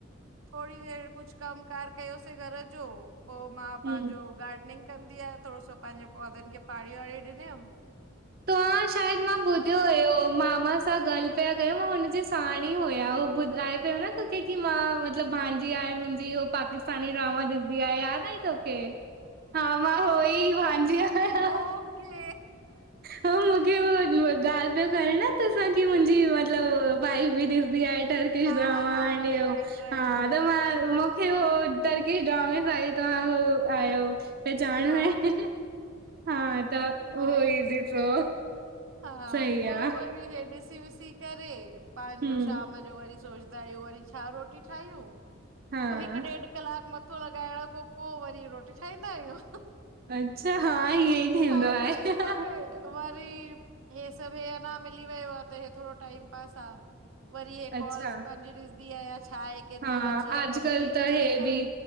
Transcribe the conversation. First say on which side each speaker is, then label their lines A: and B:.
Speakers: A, on the right; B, on the right.
A: थोड़ी देर कुझ कम कार कयोसीं घर जो पो मां
B: हूं।
A: पंहिंजो गार्डनिंग कंदी आहियां, थोड़ो सो पंहिंजे पौधनि खे पाणी वाणी ॾिनम।
B: तव्हां शायद मां ॿुधियो हुयो! मामा सां ॻाल पिया कयोय मां हुनजे साण ई हुया, उो ॿुधाए पियो न तोखे कि मां मतलब भांजी आहे मुंजी, उहो पाकिस्तानी ड्रामा ॾिसंदी आहे, याद आए तोखे? हा मां उह ई भांजी आयां।
A: ओके
B: हो मूंखे उह ॻाल पियो करे न त असांजी कि मुंजी मतलब भाई बिद इज द एंड टर्कीस
A: हा
B: ड्रामा
A: हा हा
B: एंड हुअ
A: राइट राइट
B: मां
A: राइट
B: हो टर्किशरकश ड्रामा सां इ, तव्हां हो आयो पहचाणो
A: हा
B: आ। हा त
A: नाइस
B: उह ई ॾिसो!
A: हा
B: सही
A: पो
B: आ
A: वरी हे ॾिसी विसी करे पंहिंजो
B: हम्म
A: शाम जो वरी सोच आयो वरी छा रोटी ठाहि्यूं,
B: हा
A: पो हिकु ॾेढ कलाक म मथो लॻाइण खां पो वरी रोटी ठाहींदा आहियूं।
B: अच्छा! हा हीअं ई थींदो
A: खाई
B: आहे।
A: पी करे वरी हे सभु हे अंञा मिली वयो आ, हे थोड़ो टाइम पास आ। वरी हे
B: अच्छा
A: कॉल्स पंहिंजी ॾिसंदी आहिया, छा आहे? केतिरी
B: हा
A: बची
B: अॼकल्ह
A: आ कंप्लीट
B: त
A: करे
B: हे
A: करे
B: बि,